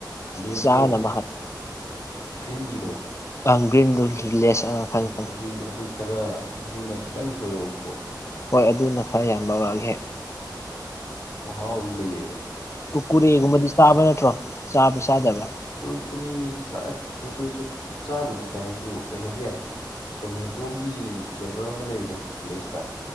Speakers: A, on the left; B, on the left.
A: ꯂꯦꯁꯇꯣ
B: ꯆꯥꯅꯕ ꯍꯥꯟ
A: ꯒ꯭ꯔꯤꯟꯒꯤꯗꯣ
B: ꯑꯪ ꯒ꯭ꯔꯤꯟꯗꯨ ꯂꯦꯁ ꯑꯪ
A: ꯑꯁ
B: ꯈꯪꯉꯦ
A: ꯑꯗꯨ
B: ꯈꯪꯉꯦ
A: ꯑꯗꯨ ꯑꯗꯨ ꯈꯔ ꯑꯗꯨꯅ ꯈꯤꯇꯪ ꯊꯣꯏꯔꯛꯎꯀꯣ
B: ꯍꯣꯏ ꯑꯗꯨꯅ ꯈꯔ ꯌꯥꯝ ꯂꯧꯔꯛꯑꯒꯦ
A: ꯃꯥꯍꯥꯎ ꯂꯩꯑꯦꯕ
B: ꯀꯨꯀꯨꯔꯦꯒꯨꯝꯕꯗꯤ ꯆꯥꯕ ꯅꯠꯇ꯭ꯔꯣ ꯆꯥꯕ ꯆꯥꯗꯕ
A: ꯀꯨꯨꯨꯀꯨꯔꯦ ꯆꯥꯏ ꯀꯔꯀꯨꯔꯤꯁꯨ ꯆꯥꯕꯨꯗꯤ ꯆꯥꯏ ꯑꯗꯨ ꯀꯩꯅꯣꯁꯨ ꯌꯥꯏ ꯇꯣꯃꯦꯇꯣꯒꯤ ꯐ꯭ꯂꯦꯕꯔ ꯑꯃ ꯂꯩꯕꯗꯣ ꯂꯦꯁꯇ